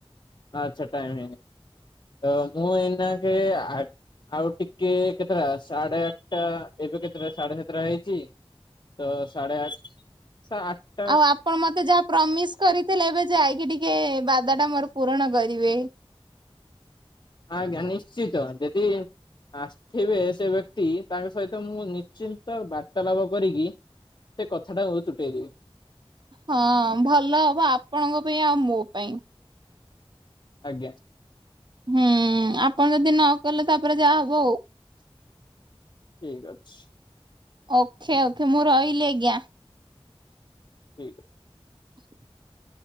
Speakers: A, on the left; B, on the right.
A: ଆଛା, ଟାଇମ ହେଇନି, ତ ମୁଁ ଏଇନା କେଆ ଆଉ ଟିକେ କେତେଟା, ସାଢେ ଆଠଟା, ଏବେ କେତେଟା ସାଢେ ସାତଟା ହେଇଛି ତ ସା଼ଢ଼େ ଆଠ ସା ଆଠ
B: ଆଉ ଆପଣ ମତେ ଯାହା ପ୍ରମିସି କରିଥିଲେ, ଏବେ ଯାଇକି ଟିକେ ବାଦା ଟା ମୋର ପୂରଣ କରିବେ।
A: ଆଜ୍ଞା ନିଶ୍ଚିତ, ଯଦି ଆସିଥିବେ ସେ ବ୍ୟକ୍ତି, ତାଙ୍କ ସହିତ ମୁଁ ନିଶ୍ଚିନ୍ତ ବାର୍ତ୍ତାଲାପ କରିକି ସେ କଥାଟା ମୁଁ ତୁଟେଇଦେବି।
B: ହଁ ଭଲ ହବ, ଆପଣଙ୍କ ପାଇଁ ଆଉ ମୋ ପାଇଁ।
A: ଆଜ୍ଞା।
B: ହୁଁ, ଆପଣ ଯଦି ନ କଲେ ତାପରେ ଯାହା ହବ ଆଉ।
A: ଠିକ୍ ଅଛି।
B: ଓକେ ଓକେ, ମୁଁ ରହିଲି ଆଜ୍ଞା?
A: ଠିକ୍
B: <unintelligible>